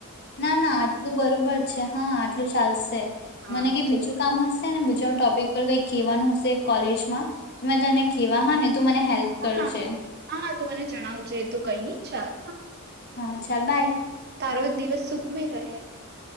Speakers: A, on the left; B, on the right.
A: ના ના આટલું બરોબર છે. હા આટલું ચાલશે.
B: હા
A: મને કે
B: તો
A: બીજું કામ હશે બીજા ટોપિક પર કઈ કવાનું હશે કોલેજમાં તો મેં તને ખવા હા ને તું મને હેલ્પ
B: હા
A: કરજે
B: હા હા તો મને જણાવજે એ તો કઈ ન છાલ.
A: હાછાલ બાય.
B: તારો દિવસ શુભમય રહે.